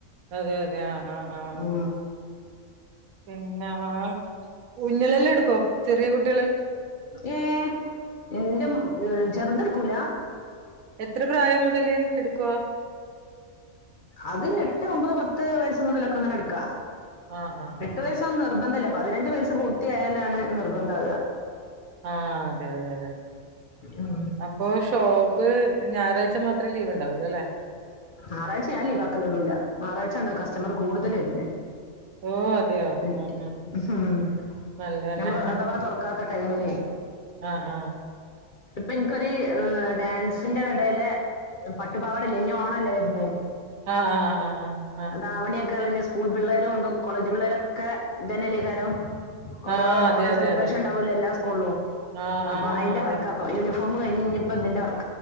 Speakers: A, on the right (about 80°); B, on the left (about 45°).
A: അതെ അതെ. ആ ആ ആ.
B: മ്
A: പിന്നെ കുഞ്ഞ്ങ്ങളെതെല്ലാം എടുക്കോ ചെറിയ കുട്ട്യേ
B: ഏ എന്റെ മ ചെറുത് ഇട്കൂല
A: എത്ര പ്രായം മുതല് എടുക്കുവ
B: അത് എട്ട് ഒമ്പത് പത്ത് വയസ് മുതലൊക്കങ്ങനെ എടുക്കാ
A: ആഹ് ആഹ്
B: എട്ടു
A: ആഹ്
B: വയസൊന്നും
A: ആഹ്
B: നിർബന്ധല്ല പതിനഞ്ച് വയസ്സ് പൂർത്തിയായാലാണ് നിർബന്ധാവ
A: ആ അതെ അതെ അതെ
B: ഉം.
A: അപ്പൊ ഷോ പ്പ് ഞായറാഴ്ച മാത്രേ ലീവ്ണ്ടാവൊള്ളൂ അല്ലേ
B: ഞാറാഴ്ച ഞാൻ ലീവാക്കലൊന്നുല്ല ഞാറാഴ്ച ണ്ടാവും കസ്റ്റമറ് കൂടുതല് വര്ന്
A: ഓ അതെയോ
B: മ്
A: ഉം
B: ഉം
A: നല്ലതന്നെ
B: നമ്മള് അഥവാ തൊറക്കാത്ത ടൈമില്
A: ആ ആ
B: ഇപ്പൊ ഇൻക്കൊരു ഡാൻസിന്റെ കടേലെ പട്ടുപാവാടല്ലേ ഇഞ്ഞി ഓണല്ലേ വര്നേ
A: ആ ആ ആ ആ ആ ആ
B: ധാവണിയൊക്കെ ഇളഞ്ഞ് സ്കൂൾ പിള്ളേരും ന്താ കോളേജ് പിള്ളേരൊക്കെ ഇതന്നല്ലേ കാരം ഓരോ
A: ആഹ് അതെ
B: ഓണം
A: അതെ
B: സെലിബ്രേഷൻ
A: അതെ
B: ഉണ്ടാവോല്ലോ എല്ലാ സ്കൂളിലും
A: ആഹ്
B: അപ്പൊ
A: ആഹ്
B: അയ്ന്റെ
A: അതെ
B: വർക്കാപ്പൊ യൂണി ഫോമ് കഴിഞ്ഞ് ഇഞ്ഞിപ്പോ ഇതിന്റെ വർക്ക